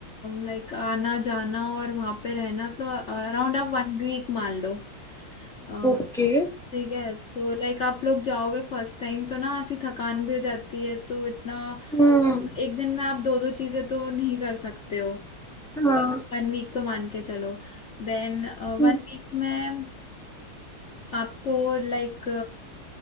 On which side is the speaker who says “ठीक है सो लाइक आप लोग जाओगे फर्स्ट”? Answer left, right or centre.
Left